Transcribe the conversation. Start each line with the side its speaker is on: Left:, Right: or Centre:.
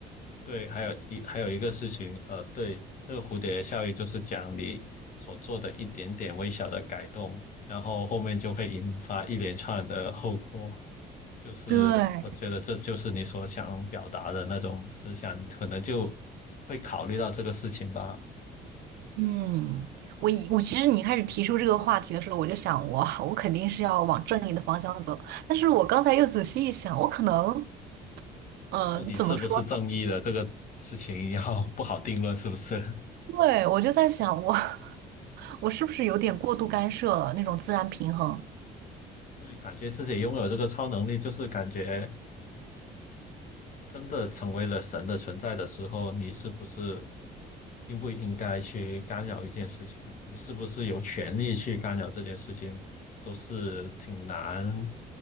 Left: 对，还有一还有一个事情，呃，对，这个蝴蝶效应就是讲你所做的一点点微小的改动，然后后面就会引发一连串的后果。就是我觉得这就是你所想表达的那种思想，
Right: 对，
Left: 可能就会考虑到这个事情吧。
Right: 嗯，我以我其实你开始提出这个话题的时候，我就想我我肯定是要往正义的方向走，但是我刚才又仔细一想，我可能，嗯、
Left: 到底是不是正义的这个事情要不好定论，
Right: 怎么说？
Left: 是不是？<laughs>
Right: 对，我就在想我 <laughs> 我是不是有点过度干涉了那种自然平衡？
Left: 对，感觉自己拥有这个超能力，就是感觉真的成为了神的存在的时候，你是不是应不应该去干扰一件事情？你是不是有权利去干扰这件事情，都是挺难、